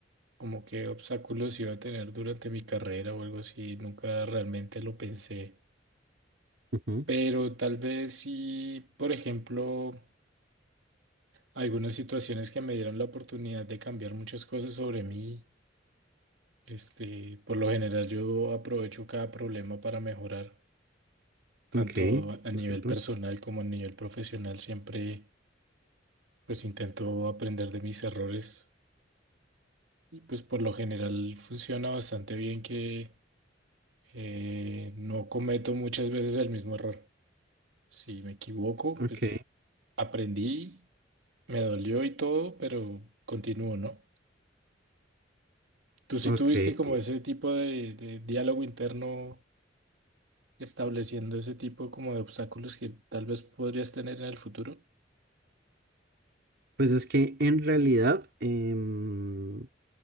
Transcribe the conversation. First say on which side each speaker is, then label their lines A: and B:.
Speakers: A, on the right; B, on the right.
A: como que obstáculos iba a tener durante mi carrera o algo así. Nunca realmente lo pensé.
B: Ujú,
A: Pero tal vez sí, por ejemplo, algunas situaciones que me dieron la oportunidad de cambiar muchas cosas sobre mí. Este, por lo general yo aprovecho cada problema para mejorar. tanto
B: Ok,
A: a
B: perfecto.
A: nivel personal como a nivel profesional, siempre pues intento aprender de mis errores y pues por lo general funciona bastante bien que eh, no cometo muchas veces el mismo error. Si me equivoco,
B: Ok,
A: pues aprendí, me dolió y todo, pero continúo, ¿no? ¿Tú sí
B: ok.
A: tuviste
B: eh,
A: como ese tipo de, de diálogo interno estableciendo ese tipo como de obstáculos que tal vez podrías tener en el futuro?
B: Pues es que en realidad, em,